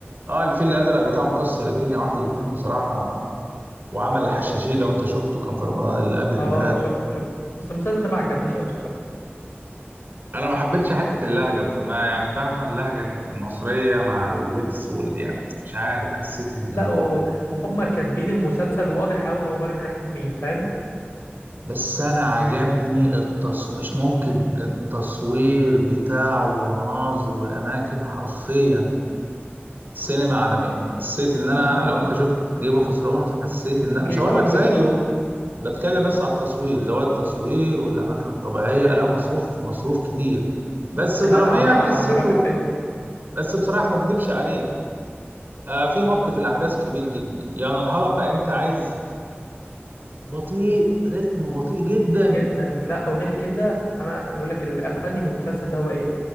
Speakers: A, on the right; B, on the left.
A: اه الفيل الازرق بتاعه مكسر الدنيا واحد واتنين بصراحه وعمل الحشاشين لو انت شفته كان في رمضان اللي قبل اللي
B: اه
A: فات
B: شفت شفت بس المسلسل ده ما عجبنيش قوي الصراحة
A: انا ما حبيتش حته اللهجه بس ما يعني فاهمه اللهجه المصريه مع اللبس وال يعني مش عارف حسيت اني
B: لا و- وهم كاتبين المسلسل واضح قوي هو مر من ناحية مين فاهم
A: بس انا عجبني التصوير مش ممكن التصوير بتاعه والمناظر والاماكن حرفيا سينما عالميه حسيت ان انا
B: اه
A: لو انت شفت جيم اوف ثرونز حسيت ان
B: أكيد
A: مش هقول
B: طبعا
A: لك زيه
B: شفته
A: بتكلم بس على التصوير زوايا التصوير والاماكن الطبيعيه لا مصروف مصروف كتير بس
B: والقلعه
A: دراميا
B: والقلعه
A: حسيته
B: اللي عملوها كانت حلوه
A: بس بصراحه ما اكدبش عليك آه، في مط في الأحداث كبير جدا يعني الحلقة أنت عايز بطيء رتم بطيء جدا
B: جدا لا وغير كده انا اللي بقول لك اللي قفلني من المسلسل ده هو ايه